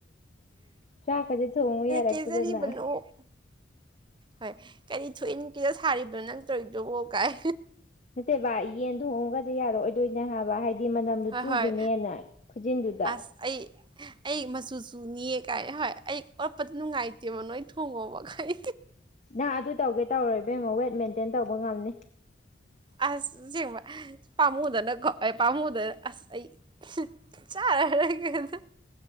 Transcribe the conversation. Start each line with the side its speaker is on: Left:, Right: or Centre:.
Left: ꯆꯥꯛꯀꯗꯤ ꯊꯣꯡꯉꯨ ꯌꯥꯔꯛꯇꯗꯅ
Right: ꯀꯦꯖꯔꯤꯕꯅꯣ ꯍꯣꯏ ꯀꯔꯤ ꯊꯣꯛꯏꯟ ꯀꯦꯖꯥ ꯁꯥꯔꯤꯕꯅꯣ ꯅꯪ ꯇꯧꯔꯤꯗꯣꯕꯣ ꯀꯥꯏ
Left: ꯅꯠꯇꯦ ꯚ ꯌꯦꯟ ꯊꯣꯡꯉꯣꯒꯁꯦ ꯌꯥꯔꯑꯣꯗꯣꯏꯅꯦ ꯍꯥꯏꯕ ꯍꯥꯏ ꯗꯤ ꯃꯅꯝꯗꯨ
Right: ꯍꯣꯏ
Left: ꯆꯨꯈꯤꯅꯦꯅ
Right: ꯍꯣꯏ
Left: ꯈꯨꯖꯤꯟꯗꯨꯗ
Right: ꯑꯁ ꯑꯩ ꯑꯩ ꯃꯆꯨꯁꯨꯨꯅꯤꯌꯦ ꯀꯥꯏ ꯍꯣꯏ ꯑꯩ ꯑꯣꯠꯄꯗ ꯅꯨꯡꯉꯥꯏꯇꯦꯕ ꯅꯣꯏ ꯊꯣꯡꯉꯣꯕ ꯀꯥꯏ
Left: ꯅ ꯑꯗꯨ ꯇꯧꯒꯦ ꯇꯧꯔꯣꯏꯕꯦꯝꯃꯣ ꯋꯦꯠ ꯃꯦꯟꯇꯦꯟ ꯇꯧꯕ ꯉꯝꯅꯤ
Right: ꯑꯁ ꯑꯁꯦꯡꯕ ꯄꯥꯃꯨꯗꯅꯀꯣ ꯑꯦ ꯄꯥꯝꯃꯨꯗꯅ ꯑꯁ ꯑꯩ ꯆꯥꯔꯔꯣꯏꯒꯦꯗ